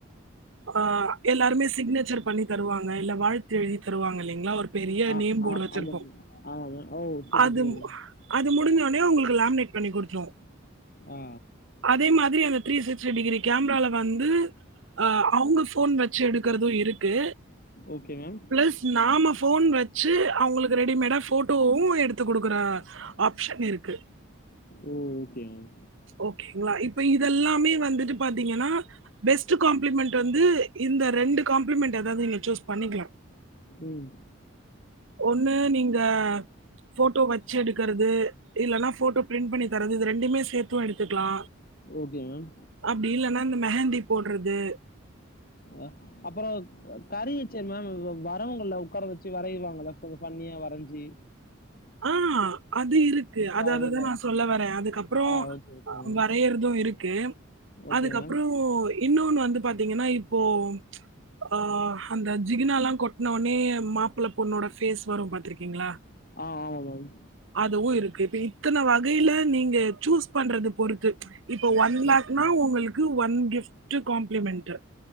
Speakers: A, on the right; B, on the left.
A: அ ச்ச் அஎல்லாருமே சிக்னேச்சர் பண்ணி தருவாங்க இல்ல வாழ்த்து எழுதி தருவாங்க இல்லிங்ளா ஒரு பெரிய
B: ஆ
A: நேம் போர்டு
B: ஆ
A: வச்சிருப்போ
B: ஆமாம் மேம். ஆமாம் மேம். ஓ! சூப்பர்,
A: அது
B: சூப்பர் மேம்.
A: அது முடிஞ்சொனே உங்கு லாமினேட் பண்ணி குடுத்ருவோ
B: ஆ.
A: அதே மாதிரி அந்த த்ரீ சிக்ஸ்டி டிகிரி கேம்ரால வந்து அ அவுங்க ஃபோன் வெச்சு எடுக்கறது இருக்கு
B: ஓகே மேம்.
A: ப்ளஸ் நாம ஃபோன் வச்சு அவுங்களுக்கு ரெடிமேடா போட்டோவு எடுத்து குடுக்கற ஆப்ஷன் இருக்கு
B: ஓ! Okay ma'am.
A: ஓகேங்களா இப்ப இதெல்லாமே வந்துட்டு பாத்தீங்கனா பெஸ்ட்டு காம்ப்ளிமெண்ட் வந்து இந்த ரெண்டு காம்ப்ளிமெண்ட் எதாது நீங்க ச்சூஸ் பண்ணிக்கலா
B: ம்.
A: ஒண்ணு நீங்க ஃபோட்டோ வச்சு எடுக்கறது இல்லன்னா ஃபோட்டோ ப்ரிண்ட் பண்ணி தரது இது ரெண்டுமே சேத் தும் எடுத்துக்கலா
B: ஓகே மேம்.
A: அப்டி இல்லனா இந்த மெஹந்திப் போடறது
B: அஹ் அப்புறம் கருவிச்சே மேம் வரவங்கள உக்கார வச்சு வரையவாங்கள கொஞ்ச ஃபண்ணியா வரஞ்சி
A: ஆஹ் அது இருக்கு
B: டிராவிங்க
A: அத அதுதான் நான் சொல்ல வரேன் அதுக்கப்புறம்
B: ஆ ஓகே, ஓகே மேம்.
A: வரையறதும் இருக்கு
B: ஓகே
A: அதுக்கப்புறம்
B: மேம்.
A: இன்னொன்னு வந்து பாத்தீங்கன்னா இப்போ ம்ச் ஆஹ் அந்த ஜிகுனாளா கொட்ன உனே மாப்பள்ள பொண்ணோட ஃபேஸ் வரும் பாத்திருக்கீங்களா
B: ஆ ஆமா மேம்.
A: அதுவு இருக்கு பி இத்தன வகையில நீங்க சூஸ் பண்றது பொறுத்து இப்போ ஒன் லேக்னா
B: ஓகே மேம்.
A: உங்களுக்கு one gift compliment